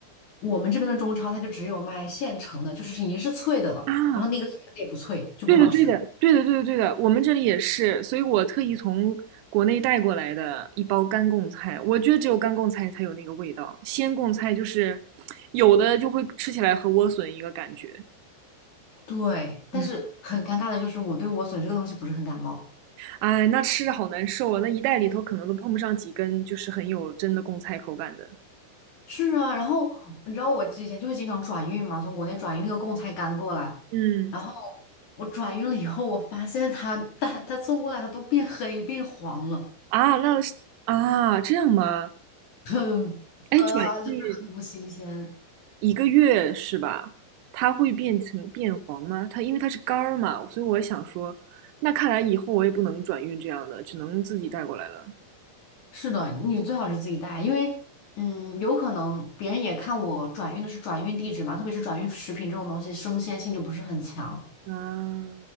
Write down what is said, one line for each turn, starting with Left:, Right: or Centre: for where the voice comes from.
Left: 我们这边的中超它就只有卖现成的，就是已经是脆的了，
Right: 啊，
Left: 然后那个脆的也不脆，就不好吃。
Right: 对的，对的，对的，对的，对的，我们这里也是，所以我特意从国内带过来的一包干贡菜，我觉得只有干贡菜才有那个味道，鲜贡菜就是有的就会吃起来和莴笋一个感觉，
Left: 对，但是很尴尬的就是我对莴笋这个东西不是很感冒。
Right: 嗯，哎，那吃着好难受啊，那一袋里头可能都碰不上几根，就是很有真的贡菜口感的，
Left: 是啊，然后你知道我之前就会经常转运嘛，从国内转运那个贡菜干过来，
Right: 嗯，
Left: 然后我转运了以后，我发现它它它送过来它都变黑变黄了，
Right: 啊，那是啊，这样吗？
Left: 很呃就是很不新鲜。
Right: 哎，转运一个月是吧？它会变成变黄吗？它因为它是干儿嘛，所以我想说，那看来以后我也不能转运这样的，只能自己带过来了。
Left: 是的，你最好是自己带，因为嗯，有可能别人也看我转运的是转运地址嘛，特别是转运食品这种东西，生鲜性就不是很强，
Right: 啊，